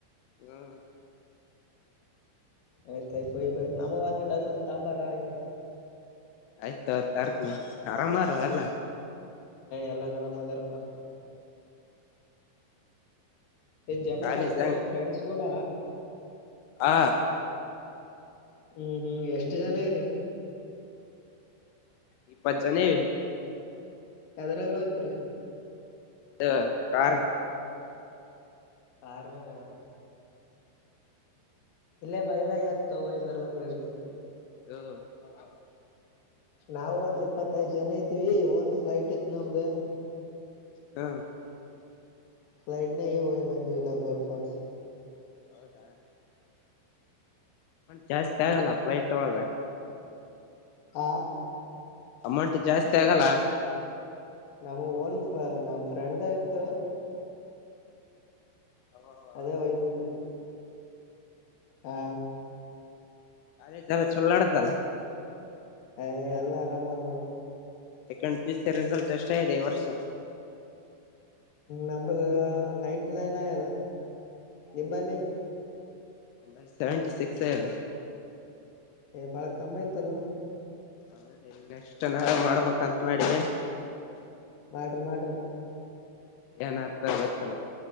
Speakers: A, on the left; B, on the left.
A: ಹ್ಮ್
B: ಆಯ್ತಾಯಯ್ತು ಹೋಗಿ ಬರ್ರಿ ನಮಗೆ ಒಂದ ಡಸನ್ ತಂಬರ್ರಿ ಹಂಗೆ.
A: ಆಯ್ತ ತರ್ತಿನಿ ಆರಾಮಾರಲ್ಲ
B: ಎಲ್ಲಾರ ಆರಾಮದಾರಪ್ಪಾ. ಜಮ್ಮು
A: ಕಾಲೇಜ್
B: ಕಾಶ್ಮೀರ್ ಫ್ರೆಂಡ್ಸ್ ಕೂಡ
A: ಹ
B: ಹ್ಮ್ ಹ್ಮ್ ಎಷ್ಟ್ ಜನ ಇರಿ.
A: ಈಪ್ಪಜನೆ
B: ಯಾದರಲ್ಲಿ ಹೋಯ್ತ್ರಿ.
A: <unintelligible>
B: ಕಾರ್ಯಗಾ ಇಲ್ಲೇ ಬಗ್ಲಾಗ ಯತ್ ಹೊಯ್ ಬರ್ಲಕ್ ನಡತು
A: <inaudible>
B: ನಾವವು ಒಂದ್ ಇಪ್ಪತ್ತೈದ್ ಜನ ಇದ್ದ್ವಿ ಒಂದ್ ಫ್ಲೈಟ್ ಇತ್ ನಮ್ದು.
A: ಹ್ಮ
B: ಫ್ಲೈಟ್ ನಗೆ ಹೋಗಿ ಬಂದು ಧಬಧಬೆಫಾಲ್ಸ.
A: <inaudible> ಜಾಸ್ತಿ ತಗೋಳಲ್ಲ ಫ್ಲೈಟ್ ಒಳಗ.
B: ಹ
A: ಅಮೌಂಟ್ ಜಾಸ್ತಿ ಆಗಲ್ಲ.
B: ನಮ್ ಓನ್ ನಮ್ ಫ್ರೆಂಡ್ದ ಇತ್ತು.
A: ಹೌದಾ
B: <unintelligible> ಹಾ
A: ಅದೇ ಚಲ ಚೊಲಾಡದಲ್ಲ.
B: ಹ ಅಲ್ಲ ಆರಾಮ ಆದ್ ನೋಡ್.
A: Second P U C result ಎಷ್ಟ ಆಗಿದೆ ಈ ವರ್ಷ.
B: ನಂಬರ್ ನೈನ್ಟಿ ನೈನ್ ಆಗ್ಯದ ನಿಂಬಲ್ಲಿ
A: ಹ್ಮ್ ಹ್ಮ್ ನಾಬಲ್ಲಿ ಸೆವೆಂಟಿ ಸಿಕ್ಸ್ ಆಗಿದ.
B: ಏ ಬಾಳ ಕಮ್ಮ ಆಯ್ತಲೊ
A: ಹೌದ ಇಲ್ಲ ಎಷ್ಟುನಾರು ಮಾಡ್ಬೇಕಂತ ಮಾಡಿದೆ.
B: ಮಾಡ್ರಿ ಮಾಡ್ರಿ
A: ಎನತ್ತ ಗೊತ್ತಿಲ್ಲಾ